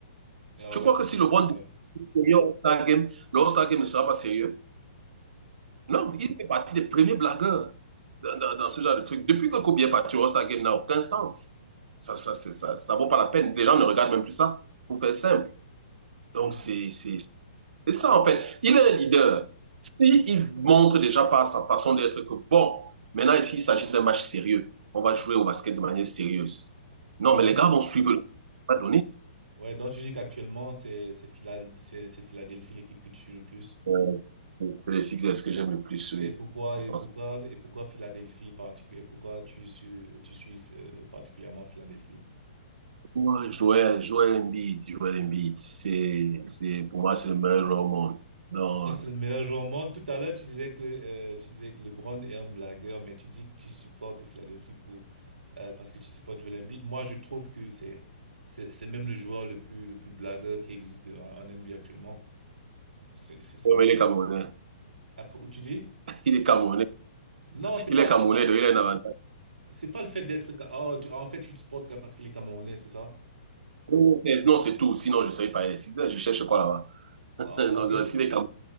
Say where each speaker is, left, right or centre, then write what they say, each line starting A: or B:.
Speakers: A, on the right; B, on the right.
A: Ah
B: Je
A: ouais.
B: crois que si
A: ouais.
B: le bon
A: ouais.
B: sérieux All-Star Game, le All-Star Game ne sera pas sérieux. Non, il fait partie des premiers blagueurs dans, dans- dans ce genre de truc. Depuis que Kobe est parti, le All-Star Game n'a aucun sens. Ça, ne ça, c'est- ça, ça vaut pas la peine. Les gens ne regardent même plus ça, pour faire simple.
A: Mhm.
B: Donc, c'est c'est- C'est ça, en fait. Il est un leader. S'il montre déjà par sa façon d'être que, bon, maintenant, ici, il s'agit d'un match sérieux. On va jouer au basket de manière sérieuse.
A: Donc
B: Non, mais les gars vont suivre. le- On va
A: ouais, donc tu dis qu'actuellement c'est c'est Phila- c'est c'est Philadelphie l'équipe qui tue le plus.
B: Euh, C'est les Sixers que j'aime le plus, oui.
A: Et pourquoi, et
B: Parce
A: pourquoi,
B: que,
A: et pourquoi Philadelphie particulier? Pourquoi tu, suis- tu suis euh, particulièrement Philadelphie?
B: ouais, Joel, Joel Embiid, Joel Embiid, c'est, c'est, pour moi, c'est le meilleur joueur au monde. Non,
A: Pour toi, c'est le meilleur joueur au monde. Tout à l'heure, tu disais que, euh, tu disais que LeBron est un blagueur, mais tu dis que tu supportes Philadelphie pour, euh, parce que tu supportes Joel Embiid. Moi, je trouve que c'est, c'est, c'est même le joueur le plus, le plus blagueur qui existe en, en NBA actuellement. C'est, c'est, c'est
B: ouais,
A: mon
B: mais
A: avis.
B: il est Camerounais.
A: Ah, pour- tu dis?
B: Il est Camerounais.
A: Non, c'est
B: Il
A: pas,
B: est Camerounais,
A: c'est pas,
B: donc il a un avantage.
A: c'est pas le fait d'être, ca- oh, tu- en fait, tu le supportes parce qu'il est camerounais, c'est ça?
B: Non, c'est non, c'est tout. Sinon, je ne serais pas les Sixers. Je cherche quoi là-bas? <laughs>
A: Ah,
B: non,
A: parce que,
B: s'il est Camerounais.